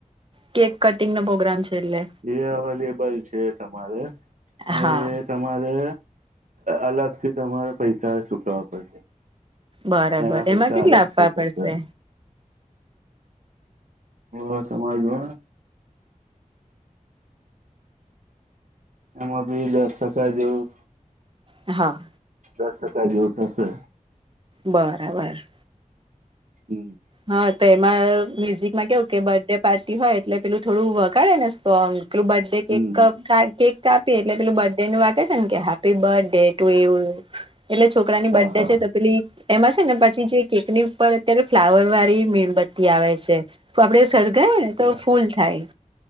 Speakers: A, on the right; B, on the right.
A: કેક કટિંગ નો પ્રોગ્રામ છે એટલે
B: એ અવેલેબલ છે તમારે અને
A: હા
B: એ તમારે અલગથી તમારે પૈસા ચૂકવવા પડશે.
A: બરાબર
B: એના પૈસા
A: એમાં કેટલા
B: અલગથી
A: આપવા
B: થશે.
A: પડશે
B: ઓ તમાર જો તમાર બી <unintelligible> જેવું
A: હા
B: દસ ટકા જેવું થશે.
A: બરાબર.
B: હમ્મ.
A: હા તો એમાં મ્યુઝિકમાં કેવું કે બર્ડે પાર્ટી હોય એટલે પેલું થોડું વગાડેને સોંગ પેલું બર્થડે
B: હમ
A: કેક
B: હમ.
A: ક કા કેક કાપીએ એટલે પેલું બડેનું વાગે છે ને કે હેપી બડે ટુ યુ એટલે છોકરાની
B: હા
A: બડે
B: હા
A: છે તો પેલી એમાં છેને પછી જે કેકની પર અત્યારે ફ્લાવર વાળી મીણબત્તી આવે છે તો આપડે સળગાય ને તો
B: યા
A: ફૂલ થાય